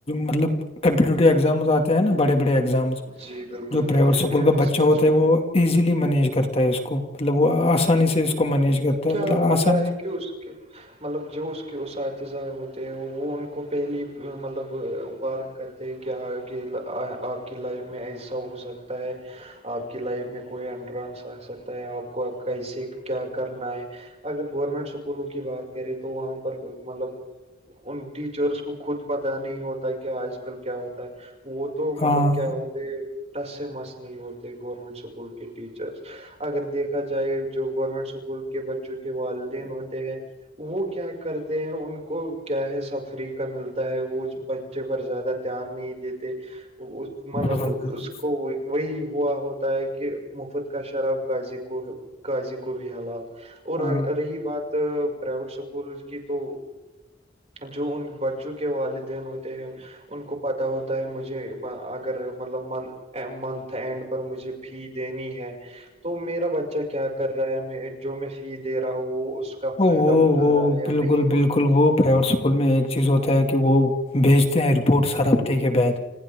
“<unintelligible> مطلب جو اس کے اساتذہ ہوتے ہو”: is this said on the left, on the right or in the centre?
Right